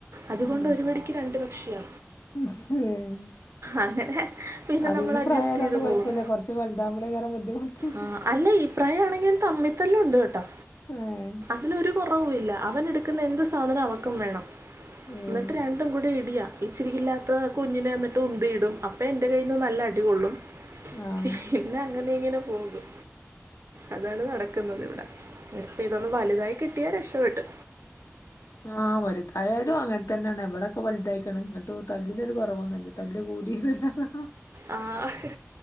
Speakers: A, on the left; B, on the right.
A: ഉം.
B: അത്കൊണ്ട് ഒരു വടിക്ക് രണ്ടു പക്ഷിയാ
A: <inaudible>
B: അങ്ങനെ പിന്നെ
A: അത്
B: നമ്മൾ
A: ഈ
B: അഡ്ജസ്റ്റ്
A: പ്രായായതോണ്ട്
B: ഈത്
A: കൊഴപ്പല്ല
B: പോകും
A: കൊറച്ച് വലുതാവുമ്പളേക്കാരം ബുദ്ധിമുട്ട്
B: ആ അല്ല ഇപ്രയാണങ്കി തമ്മിതല്ല് ഉണ്ട് കേട്ടോ
A: <unintelligible>
B: അതിനൊരു കുറവില്ല അവൻ എടുക്കുന്ന എന്ത് സാധനം അവക്കും വേണം
A: ഉം
B: എന്നിട്ട് രണ്ടും കൂടി ഇടിയാ ഇച്ചിരി ഇല്ലാത്ത കുഞ്ഞിനെ വന്നിട്ട് ഉന്തിയിടും അപ്പഴേ എന്റെ കയ്ന്ന് നല്ല അടി കൊള്ളും
A: ആഹ്
B: പിന്നെ അങ്ങനെ ഇങ്ങനെ പോകും അതാണ് നടക്കുന്നുന്നത് ഇവിടെ ഇപ്പ ഇതൊന്ന് വലുതായി കിട്ടിയാ രക്ഷപെട്ട്
A: ആഹ് വലുതായാലും അങ്ങനെ തന്നെണ് ഇപടെ വല്തായ്ക്ക്ണ് ഇങ്ങിട്ടും തല്ലിനൊരു കൊറവൊന്നുല്ല തല്ല് കൂടി നല്ലാതെ
B: ആഹ്